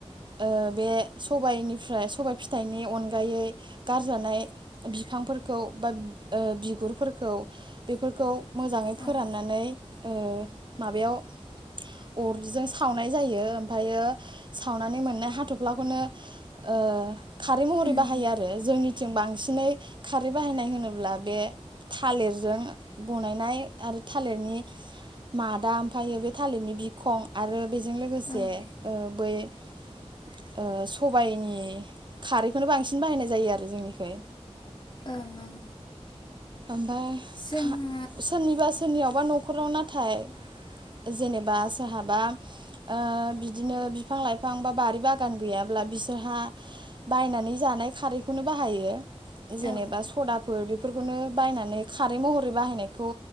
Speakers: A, on the right; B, on the left.
A: ओ बे सबायनिफ्राय सबाय फिथाइनि अनगायै गारजानाय बिफांफोरखौ बा ओ बिगुरफोरखौ बेफोरखौ मोजाङै फोराननानै
B: ओं
A: ओ माबायाव अरजों सावनाय जायो ओमफ्रायो सावनानै मोननाय हाथ'फ्लाखौनो ओ खारै महरै
B: उम
A: बाहायो आरो जोंनिथिं बां सिनै खारै बाहायनाय होनोब्ला बे थालिरजों बनायनाय आरो थालिरनि मादा ओमफ्रायायो बे थालिरनि बिखं आरो बेजों लोगोसे
B: उम ओं
A: ओ बै ओ सबायनि खारैखौनो बांसिन बाहायनाय जायो आरो जोंनिखै।
B: ओं ओं
A: ओमफ्राय
B: जोङो
A: खा सोरनिबा सोरनियाव बा न'खराव नाथाय जेनेबा सोरहाबा ओ बिदिनो बिफां लाइफां बा बारि बागान गैयाब्ला बिसोरहा बायनानै जानाय खारैखौनो बाहायो। जेनेबा
B: औ
A: सदाफोर बे खौनो बायनानै खारै महरै बाहायनायखौ